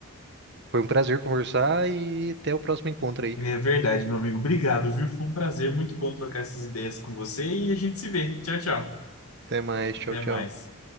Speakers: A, on the right (about 50°); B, on the left (about 80°).
A: foi um prazer conversar e até o próximo encontro aí.
B: É verdade, meu amigo. Obrigado, viu? Foi um prazer, muito bom trocar essas ideias com você e a gente se vê. Tchau, tchau.
A: Até mais, tchau,
B: Até
A: tchau.
B: mais.